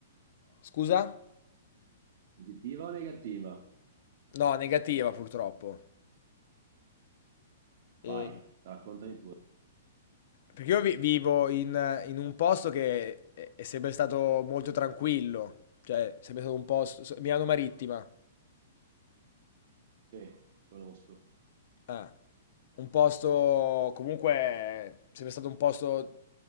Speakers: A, on the left (about 45°); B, on the right (about 40°).
A: Scusa?
B: Positiva o negativa?
A: No, negativa purtroppo.
B: Vai,
A: E-
B: raccontami pure.
A: Perché io vi- vivo in, in un posto che è, è sempre stato molto tranquillo, cioè sempre stato un posto, so- Milano Marittima.
B: Sì, conosco.
A: Eh, un posto comunque sempre stato un posto